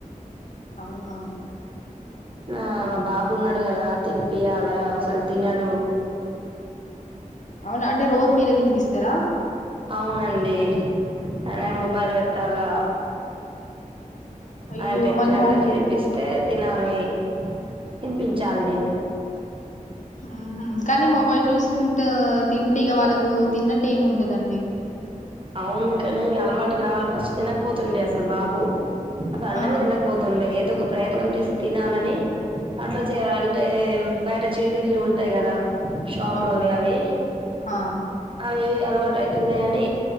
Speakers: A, on the left (about 60°); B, on the right (about 40°).
A: అవునా?
B: ఆ మా బాబు ఉన్నడు గదా తినిపియ్యాల అసలు తినడు.
A: అవునా అంటే రోజు మీరే తినిపిస్తారా?
B: అవునండి తనే మొబైల్ పెట్టాలా
A: అయ్యో
B: ఆయన పెట్టినాంక
A: మరి మొ
B: తినిపిస్ తే తినాలి తినిపించాలి నేను
A: ఊహుమ్ కానీ మొబైల్ చూసుకుంటా తింటే ఇగ వాళ్ళకు తిన్నట్టు ఏం ఉంటదండి?
B: అవును కానీ ఇగ అలవాటు కావాలి ఫస్ట్ తినకపోతుండే అసలు బాబు అసలు అన్నమే
A: ఆ
B: తినకపోతుండే ఏదొక ప్రయత్నం చేసి తినాలని అట్లా చే అంటే బయట చిరుతిల్లు ఉంటాయి గదా షాప్
A: అవును
B: లోవి అవి
A: ఆ
B: అవి అలవాటు అయితున్నాయని